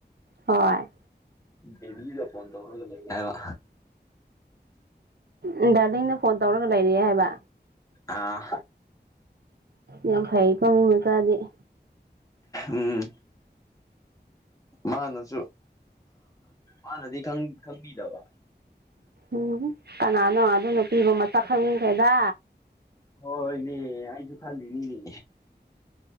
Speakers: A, on the right; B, on the left.
A: ꯍꯣꯏ
B: ꯕꯦꯕꯤꯗ ꯐꯣꯟ ꯇꯧꯔꯒ ꯂꯩ ꯍꯥꯏꯕ
A: ꯎꯝ ꯗꯗꯥꯗꯤꯅ ꯐꯣꯟ ꯇꯧꯔꯒ ꯂꯩꯔꯑꯦ ꯍꯥꯏꯕ
B: ꯑꯥ
A: ꯌꯥꯝ ꯐꯩꯀꯣꯃꯤꯡ ꯃꯆꯥꯥꯗꯤꯦ
B: ꯎꯝ ꯃꯥꯅꯁꯨ ꯍꯥꯟꯅꯗꯤ ꯈꯪꯕꯤꯗꯕ
A: ꯎꯝ ꯀꯅꯥꯅꯣ ꯑꯗꯨꯅꯨꯄꯤꯗꯨ ꯃꯁꯛ ꯈꯪꯅꯤꯡꯈꯩꯗ
B: ꯍꯣꯏꯅꯦ ꯑꯩꯁꯨ ꯈꯜꯂꯤꯅꯤꯅꯦ